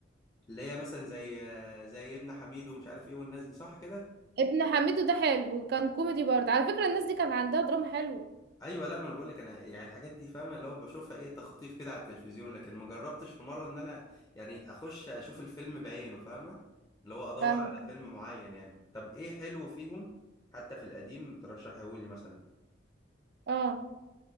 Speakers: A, on the left; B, on the right.
A: اللي هي مثلا زي زي ابن حميد ومش عارف ايه والناس دي صح كده
B: ابن حميدو ده حلو كان كوميدي برضه على فكرة الناس دي كان عندها دراما حلوة
A: ايوه لا ما انا بقول لك انا يعني الحاجات دي فاهمه اللي هو بشوفها ايه تخطيف كده على التلفزيون لكن ما جربتش في مره ان انا يعني اخش اشوف الفيلم بعينه فاهمه اللي هو ادور
B: فاهمة
A: على فيلم معين يعني طب ايه حلو فيهم حتى في القديم ترشحيهولي مثلا
B: اه